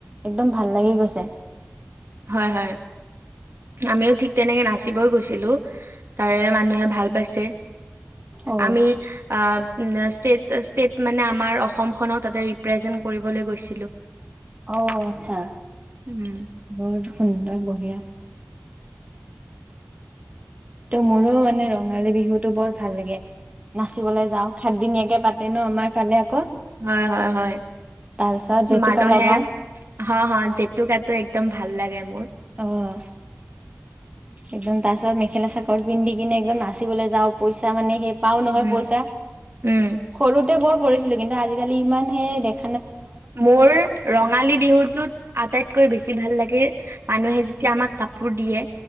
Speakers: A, on the right; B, on the right.
A: একদম ভাল লাগি গৈছে।
B: হয়, হয়, আমিও ঠিক তেনেকে নাচিবই গৈছ ছিলো, তাৰে মানুহে ভাল পাইছে,
A: অ
B: আমি আ উম, ষ্টেট, ষ্টেট, মানে আমাৰ অসমখনক তাতে ৰিপ্ৰেজেন্ট কৰিবলৈ গৈছ
A: অ', আচ্ছা,
B: উম
A: বৰ সুন্দৰ বঢ়িয়া। ত' মোৰো মানে ৰঙালী বিহুটো বৰ ভাল লাগে, নাচিবলৈ যাওঁ, সাতদিনীয়াকে পাতে। ন' আমাৰ ফালে আকৌ
B: হয়, হয়, হয়।
A: তাৰপিছত জেতুকা
B: মানুহে
A: লগাও।
B: হ হ জেতুকাটো একদম ভাল লাগে মোৰ।
A: অহ একদম তাৰ পিছত মেখেলা চাকৰ পিন্ধি কিনে একদম নাচিবলৈ যাওঁ পইচা মানে সেই পাও নহয়
B: উম
A: পইচা
B: উম
A: সৰুতে বৰ কৰিছিলো কিন্তু আজিকালি ইমান সেই দেখ
B: মোৰ ৰঙালী বিহুটোত আটাইতকৈ বেছি ভাল লাগে। মানুহে যেতিয়া আমাক কাপোৰ দিয়ে